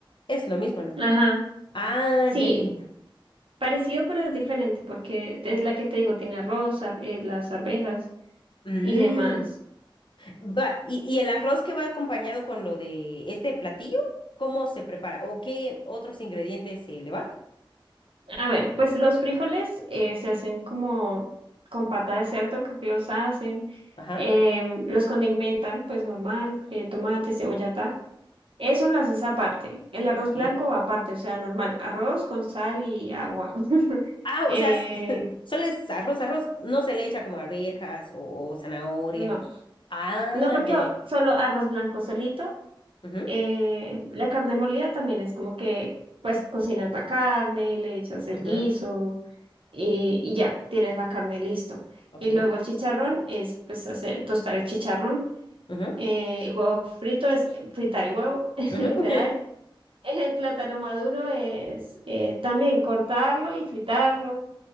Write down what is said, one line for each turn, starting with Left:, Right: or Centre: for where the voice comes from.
Left: Es lo mismo, ¿no?
Right: Ajá.
Left: Ah,
Right: Sí,
Left: ya, ya, ya.
Right: parecido, pero es diferente porque es la que te digo, tiene arroz, ar- eh, las arvejas
Left: Mm.
Right: y demás.
Left: Va, y, y el arroz que va acompañado con lo de este platillo, ¿cómo se prepara? ¿O qué otros ingredientes se le va?
Right: A ver, pues los frijoles eh, se hacen como con pata de cerdo, creo que los hacen,
Left: Ajá.
Right: em, los condimentan, pues normal, eh, tomate, cebolla, ta. Eso lo haces aparte. El arroz
Left: Ok.
Right: blanco va aparte, o sea, normal, arroz con sal y agua. <laughs>
Left: Ah, o
Right: Eh,
Left: sea, <laughs> solo es arroz, arroz. No se le echa como arvejas o, o zanahoria.
Right: no,
Left: Ah,
Right: no porque
Left: ya, ya.
Right: solo arroz blanco solito.
Left: Ujú,
Right: eh, la carne molida también es como que, pues cocinas la carne, le echas el
Left: ujú,
Right: guiso, y, y ya, tienes la carne listo.
Left: Ok.
Right: Y luego el chicharrón es pues hacer, tostar el chicharrón,
Left: ujú,
Right: eh, el huevo frito es eh, fritar el huevo, <laughs>
Left: ujú,
Right: literal.
Left: <laughs>
Right: El plátano maduro es eh, también cortarlo y fritarlo.